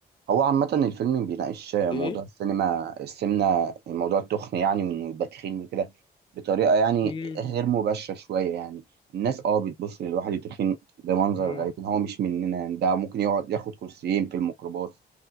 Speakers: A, on the right; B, on the left.
A: هو عامة الفيلم بيناقش موضوع
B: ايه
A: السينما السمنة موضوع التخن يعني وانه يبقى تخين وكده بطريقة يعني
B: امم
A: غير مباشرة شوية يعني الناس اه بتبص للواحد التخين بمنظر
B: امم
A: غريب إن هو مش مننا يعني ده ممكن يقعد ياخد كرسيين في الميكروباص